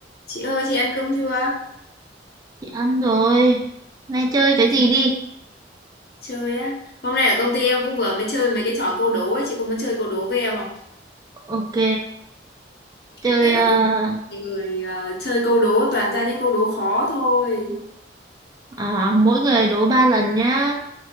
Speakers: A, on the left; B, on the right.
A: Chị ơi, chị ăn cơm chưa?
B: Chị ăn rồi. Nay chơi
A: Đến
B: cái gì đi?
A: chơi á. Hôm nay ở công ty em cũng vừa mới chơi mấy cái trò câu đố ấy, chị có muốn chơi câu đố với em không?
B: Ok, chơi
A: Tại ở
B: à,
A: công ty thì người ờ, chơi câu đố toàn ra những câu đố khó thôi.
B: à, mỗi người đố ba lần nhá.